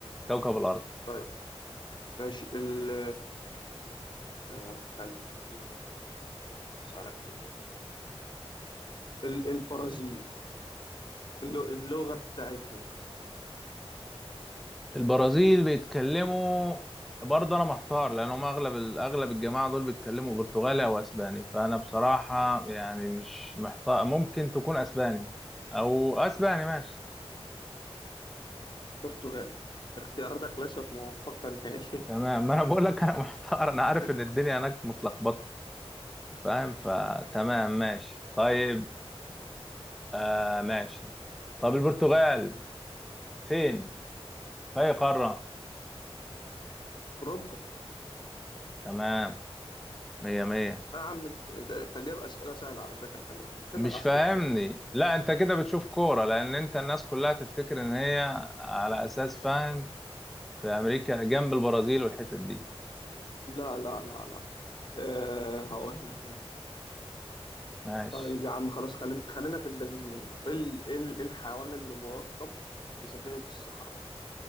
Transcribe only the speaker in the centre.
كوكب
الأرض
البرازيل بيتكلموا برضه أنا محتار لأن هم أغلب ال- أغلب الجماعة دول بيتكلموا برتغالي أو أسباني فأنا بصراحة يعني مش محتار ممكن تكون أسباني أو أسباني ماشي
تمام ما أنا بقول لك أنا <laughs> محتار أنا عارف
إن الدنيا هناك متلخبطة فاهم فتمام ماشي طيب آه ماشي طب البرتغال فين في أي قارة
تمام مية مية
مش
فاهمني
لا انت كده بتشوف كورة لان انت الناس كلها تفتكر ان هي على اساس فاهم في امريكا جنب البرازيل والحتت دي
ماشي